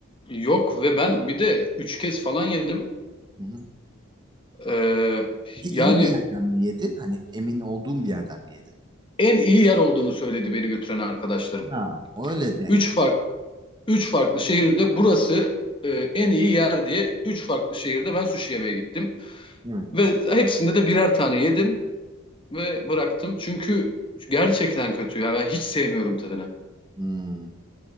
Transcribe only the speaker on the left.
Yok ve ben bir de üç kez falan yedim.
Ee,
yani
en iyi yer olduğunu söyledi beni götüren arkadaşlarım.
Üç farklı, üç farklı şehirde burası e, en iyi yer diye üç farklı şehirde ben sushi yemeye gittim.
Ve hepsinde de birer tane yedim ve bıraktım. Çünkü gerçekten kötü ya ben hiç sevmiyorum tadını.